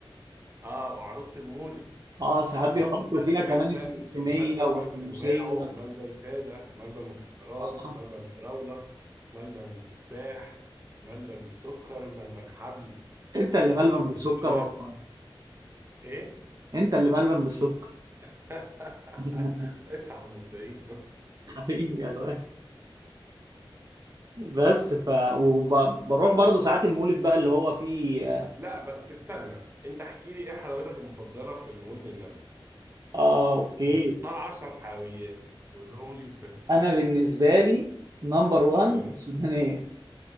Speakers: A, on the right (about 25°); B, on the right (about 45°).
A: اه وعروسة المولد
B: اه ساعات بيحطوا
A: وطبعا بقى
B: فيها
A: الملبن
B: كمان السمسميه
A: الملبن
B: والحموسيه
A: بقى بأنواعه ملبن سادة ملبن مكسرات
B: آه.
A: ملبن فراولة ملبن تفاح ملبن بالسكر ملبن حبل
B: انت اللي ملبن
A: حمصية
B: بالسكر والله
A: ايه
B: انت اللي ملبن بالسكر
A: <laughs>
B: <laughs>
A: انت حمصية
B: حبيبي يا الواد بس ف وبروح برضو ساعات المولد بقى اللي هو فيه اه
A: لا بس استنى انت احكي لي ايه حلاوتك المفضلة في المولد النبوي
B: آه، اوكي
A: لما تختار 10 حلويات تقولهم لي بالترتيب
B: انا بالنسبه لي نمبر 1
A: ايوه
B: السودانيه